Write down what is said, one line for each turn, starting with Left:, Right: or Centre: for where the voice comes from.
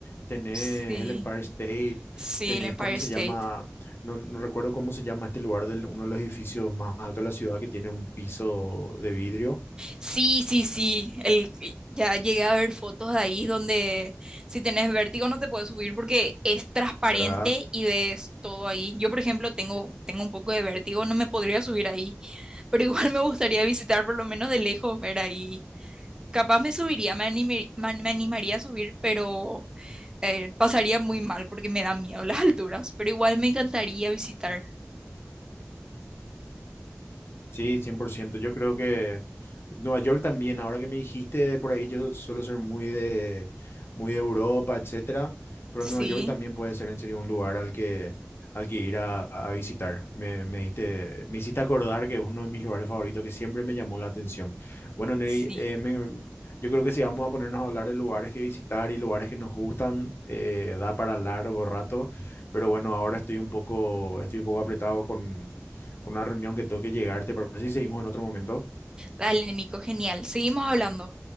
Left: tenés
Right: Sí.
Left: el Empire State,
Right: Sí,
Left: tenés,
Right: el Empire
Left: ¿cómo
Right: State.
Left: se llama? No, no recuerdo cómo se llama este lugar de uno de los edificios más altos de la ciudad que tiene un piso de vidrio,
Right: Sí, sí, sí. El, ya llegué a ver fotos de ahí donde si tenés vértigo no te puedes subir porque es transparente
Left: ¿verdad?
Right: y ves todo ahí. Yo, por ejemplo, tengo, tengo un poco de vértigo, no me podría subir ahí, <laughs> pero igual me gustaría visitar por lo menos de lejos, ver ahí. Capaz me subiría, me animé- ma- me animaría a subir, pero eh, pasaría muy mal porque me da miedo <laughs> las alturas, pero igual me encantaría visitar.
Left: Sí, 100%. Yo creo que Nueva York también, ahora que me dijiste por ahí, yo suelo ser muy de, muy de Europa, etcétera, pero
Right: Sí,
Left: Nueva York también puede ser en serio un lugar al que, al que ir a, a visitar. Me, me diste- me hiciste acordar que es uno de mis lugares favoritos que siempre me llamó la atención. Bueno, Neri,
Right: sí.
Left: eh, me- yo creo que si vamos a ponernos a hablar de lugares que visitar y lugares que nos gustan, eh, da para largo rato, pero bueno, ahora estoy un poco, estoy un poco apretado con una reunión que tengo que llegar, ¿te parece si seguimos en otro momento?
Right: Dale, Nico, genial. Seguimos hablando.